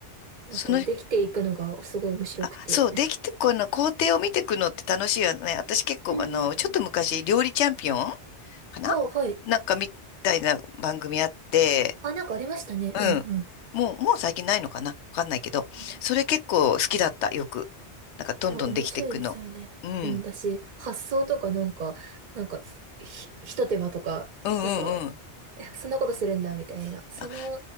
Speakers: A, on the right; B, on the left.
A: なんか、
B: その、
A: できていくのが、すごい面白くて。
B: あ、そう、できて、この工程を見ていくのって楽しいよね。私結構、
A: うんうんうん。
B: あの、ちょっと昔、料理チャンピオンかな
A: はい、はい。
B: なんかみたいな番組あって、
A: あ、なんかありましたね。
B: うん。
A: うんうん。
B: もう、もう最近ないのかなわかんないけど。
A: うん。
B: それ結構好きだった、よく。なんかどんどんできていくの。
A: いや、面白いですよね。
B: うん。
A: うん、私、発想とかなんか、なんか、ひ、ひと手間とか、
B: うんうんうん。
A: なんか、えそんなことするんだ、みたいな。その、
B: あ、